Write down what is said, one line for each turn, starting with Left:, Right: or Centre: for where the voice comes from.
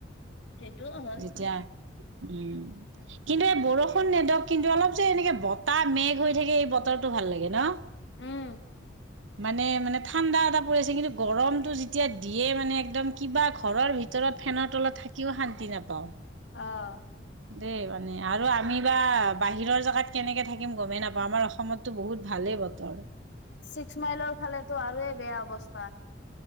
Left: সেইটোও হয়
Right: যেতিয়া উম কিন্তু এই বৰষুণ নেদক কিন্তু অলপ যে এনেকে বতাহ মেঘ হৈ থাকে এই বতৰটো ভাল লাগে ন
Left: উম
Right: মানে মানে ঠাণ্ডা এটা পৰি আছে কিন্তু গৰমতটো যেতিয়া দিয়ে মানে একদম কিবা ঘৰৰ ভিতৰত ফেনৰ তলত থাকিও শান্তি তি নাপাওঁ
Left: অহ
Right: দেই মানে আৰু আমি বা বাহিৰৰ জেগাত কেনেকে থাকিম গমেই নাপাওঁ আমাৰ অসমততো বহুত ভালেই বতৰ
Left: ছিক্স মাইলৰ ফালেটো আৰুে বেয়া বস্তু বাহ